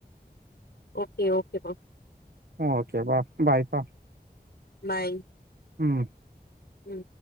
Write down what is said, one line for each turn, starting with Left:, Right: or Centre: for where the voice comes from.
Left: ஓகே ஓகே பா
Right: ஓகேப்பா பாய் பா
Left: பாய்
Right: ம்
Left: ம்